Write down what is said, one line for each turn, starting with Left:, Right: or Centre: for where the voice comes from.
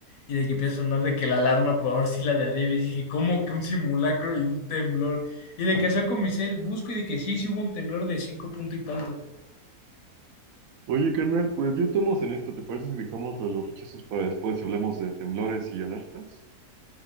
Left: Y de que empieza a sonar de que la alarma, por ahora sí la de a Davis. Dije, ¿cómo que un simulacro y un temblor? Y de que saco mi cel, busco y de que sí, sí hubo un temblor de cinco punto y tanto.
Right: Oye, carnal, pues ya estamos en esto. ¿Te parece si dejamos lo de los rechazos para después y hablamos de temblores y alertas?